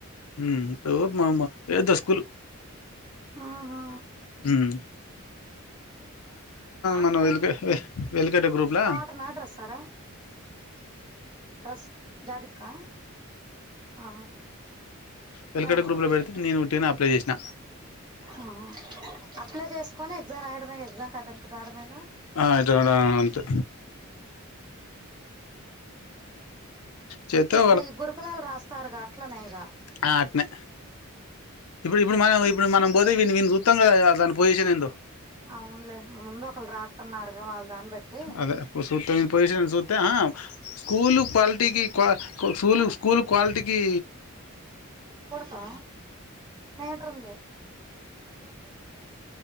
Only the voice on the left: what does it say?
మ్ తోబ్ మామ ఏ దస్కులు.
మ్
మన
వెలుక
వెలుకట గ్రూప్లా
వెలుకట
గ్రూప్లో పెడితే
నేను ఉట్టిగానే అప్లై చేసిన
ఆ అయితే అదా ఆ ఆ అంతె. చేస్తే
ఆ అట్నె. ఇప్పుడు ఇప్పుడు మనం ఇప్పుడు మనం బోతే వీన్ని వీన్ని సూత్తాం కదాయా దాని పొజిషన్ ఏందొ.
అదే చూస్తే వీని పొజిషన్ సూత్తే ఆ స్కూలు క్వాలిటీకి క్వా క స్కూలు
స్కూలు క్వాలిటీకీ